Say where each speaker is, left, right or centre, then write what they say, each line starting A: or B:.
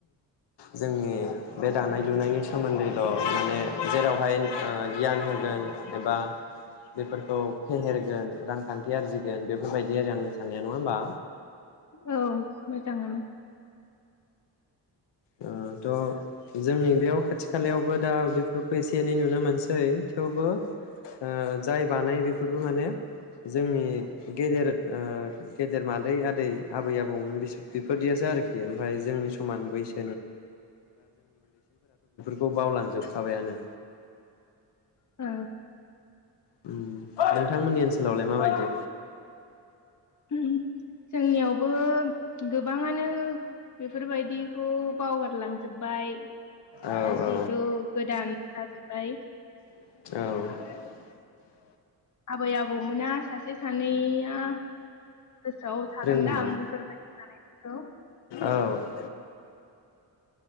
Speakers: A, on the left (about 80°); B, on the left (about 45°).
A: जोंनि बे दानाय लुनायनि सोमोन्दैल' माने जेरावहाय ओ गियान होगोन एबा बेफोरखौ फेहेरगोन रांखान्थि आरजिगोन बेफोरबायदि आरो आं साननाया नङा होमबा।
B: औ मोजाङानो
A: ओ थ' जोंनि बेयाव खाथि खालायावबो दा बेफोरखौ एसे एनै नुनो मोनसै थेवबो ओ जाय बानायो बेफोर बो माने जोंनि गेदेर ओ गेदेर मादै आदै आबै आबौमोन बेफोरदियासो आरोखि ओमफाय जोंनि समान बैसो बे खौ बावलांजोबखाबायानो
B: औ
A: ओम नोंथांमोननि ओनसोलावलाय माबायदि
B: जोंनियावबो गोबाङानो बेफोरबायदिखौ बावगारलांजोब्बाय दा
A: औ
B: जिहेतु
A: औ
B: गोदान जाजोबाय
A: औ
B: आबै आबौमोना सासे सानैया गोसोआव थागोनदां
A: रोङोमोन
B: बेफोरबायदि जानायफोरखौ
A: औ औ